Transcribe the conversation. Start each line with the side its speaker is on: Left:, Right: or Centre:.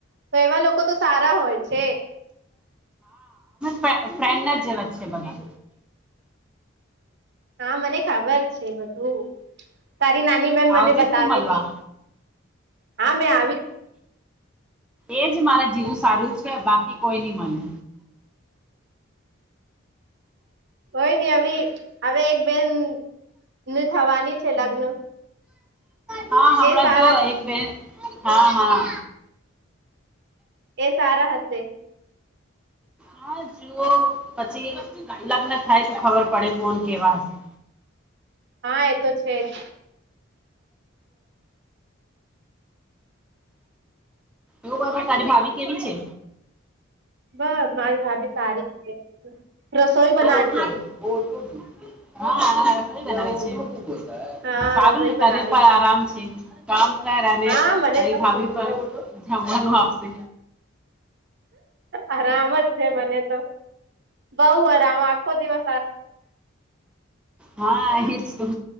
Right: તો એવા લોકો તો સારા હોય છે.
Centre: ફે ફ્રેન્ડના જેવા જ છે બધા.
Right: હા, મને ખબર છે બધું. તારી નાની બેન મને
Centre: આવજે
Right: બતાવેલી.
Centre: તું મળવા
Right: હા, મેં આવી.
Centre: એ જ મારા જેવું સારું છે, બાકી કોઈ ની મલે.
Right: કોઈ ની અવી અવે એક બેન ને થવાની છે લગ્ન.
Centre: હા, હમણા
Right: એ સારા
Centre: જો એક બે હા, હા.
Right: એ સારા હશે.
Centre: હા, જુઓ પછી લગ્ન થાય તો ખબર પડે કોણ કેવા હશે.
Right: હા, એ તો છે જ.
Centre: એવું બોલ બોલ તારી ભાભી કેવી છે?
Right: બસ, મારી ભાભી સારી છે. રસોઈ
Centre: <inaudible>
Right: બનાવે
Centre: હા <unintelligible>
Right: હા.
Centre: સારું
Right: રસોઈ
Centre: ને તને
Right: બનાવે
Centre: પણ આરામ છે. કામ કર અને
Right: હા મને
Centre: તારી
Right: તો
Centre: ભાભી પણ <unintelligible> આપશે.
Right: આરામ જ છે મને તો. બઉ આરામ આખો દિવસ
Centre: હા, એ જ તો.